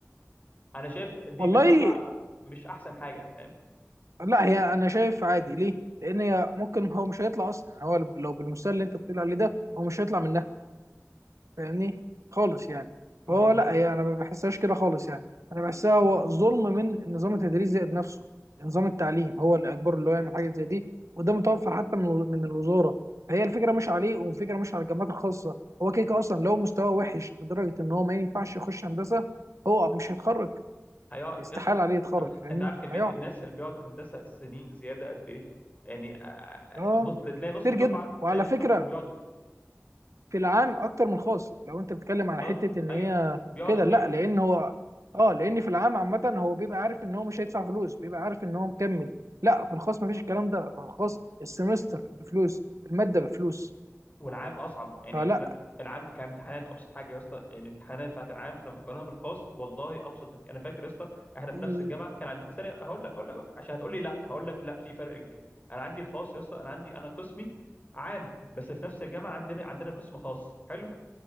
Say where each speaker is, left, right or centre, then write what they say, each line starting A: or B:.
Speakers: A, on the left; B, on the right.
A: انا شايف دي
B: والله
A: بتطلع مش احسن حاجه فاهم
B: لا هي انا شايف عادي ليه لان هي ممكن هو مش هيطلع اصلا يعني هو لو بالمستوى اللي انت بتقول عليه ده هو مش هيطلع من فاهمني خالص يعني
A: ما
B: فهو
A: هو
B: لا
A: ده
B: هي انا ما بحسهاش كده خالص يعني انا بحسها هو ظلم من نظام التدريس زائد نفسه نظام التعليم هو اللي اجبره اللي هو يعمل حاجه زي دي وده متوفر حتى من من الوزاره فهي الفكره مش عليه والفكره مش على الجامعات الخاصه هو كيك اصلا لو مستواه وحش لدرجه ان هو ما ينفعش يخش هندسه هو مش هيتخرج
A: هيقعد
B: استحاله
A: يا اسطى
B: عليه يتخرج
A: طب
B: فاهمني
A: انت عارف كميه
B: هيقعد
A: الناس اللي بيقعدوا في هندسه سنين زياده قد ايه يعني آه، آه،
B: اه
A: نص تلاقي نص
B: كتير
A: الدفعه
B: جدا وعلى
A: تلاقي نص
B: فكره
A: الدفعه بيقعدوا
B: في العام اكتر من الخاص لو انت بتتكلم على
A: اه
B: حته ان
A: ايوه
B: هي
A: بيقعدوا
B: كده
A: كتير
B: لا لان هو اه لان في العام عامه هو بيبقى عارف ان هو مش هيدفع فلوس بيبقى عارف ان هو مكمل لا في الخاص مفيش الكلام ده في الخاص السمستر بفلوس الماده بفلوس
A: والعام اصعب يعني
B: فلا
A: لا، العام كامتحانات ابسط حاجه يا اسطى الامتحانات بتاعت العام لما تقارنها بالخاص والله ابسط بكتير انا فاكر يا اسطى احنا في
B: ال-
A: نفس الجامعه كان عندنا ثانيه هقول لك هقول لك هقول لك عشان هتقول لي لا هقول لك لا في فرق كبير انا عندي الخاص يا اسطى انا عندي انا قسمي عام بس في نفس الجامعه عندنا عندنا قسم خاص حلو